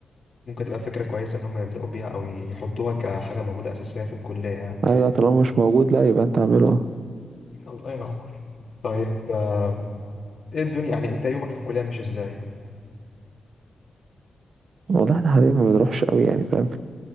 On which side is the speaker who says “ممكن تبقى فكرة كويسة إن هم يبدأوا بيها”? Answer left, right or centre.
Left